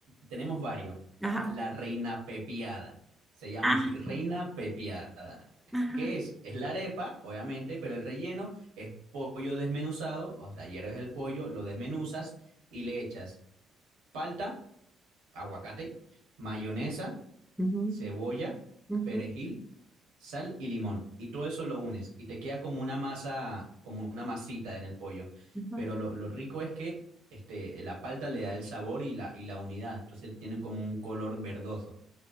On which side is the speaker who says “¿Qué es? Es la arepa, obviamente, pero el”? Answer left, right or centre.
Right